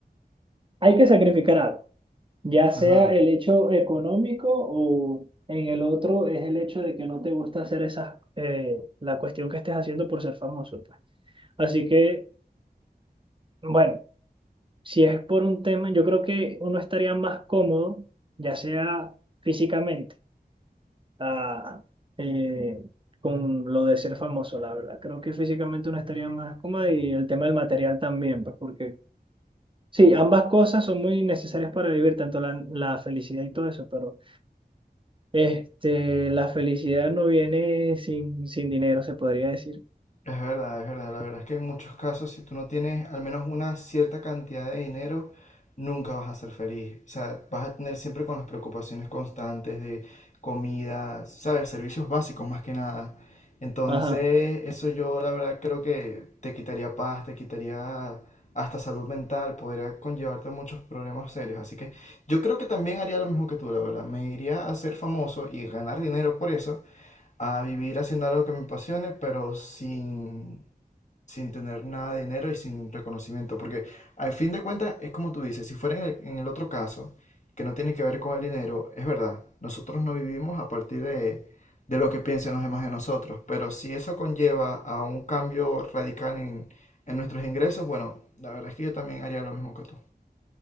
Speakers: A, on the right; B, on the left.
A: hay que sacrificar algo, ya sea
B: Ajá.
A: el hecho económico o en el otro es el hecho de que no te gusta hacer esas, eh, la cuestión que estés haciendo por ser famoso, pues. Así que, bueno, si es por un tema, yo creo que uno estaría más cómodo, ya sea físicamente, ah, eh, con lo de ser famoso, la verdad. Creo que físicamente uno estaría más cómodo y el tema del material también, pues, porque Sí, ambas cosas son muy necesarias para vivir, tanto la, la felicidad y todo eso, pero este, la felicidad no viene sin, sin dinero, se podría decir.
B: Es verdad, es verdad. La verdad es que en muchos casos, si tú no tienes al menos una cierta cantidad de dinero, nunca vas a ser feliz. O sea, vas a tener siempre con las preocupaciones constantes de comida, ¿sabes? Servicios básicos más que nada. Entonces,
A: Ajá.
B: eso yo la verdad creo que te quitaría paz, te quitaría hasta salud mental, podría conllevarte muchos problemas serios. Así que yo creo que también haría lo mismo que tú, la verdad. Me iría a ser famoso y ganar dinero por eso a vivir haciendo algo que me apasione, pero sin, sin tener nada de dinero y sin reconocimiento. Porque al fin de cuentas, es como tú dices, si fuera en el, en el otro caso, que no tiene que ver con el dinero, es verdad, nosotros no vivimos a partir de, de lo que piensen los demás de nosotros, pero si eso conlleva a un cambio radical en, en nuestros ingresos, bueno, la verdad es que yo también haría lo mismo que tú.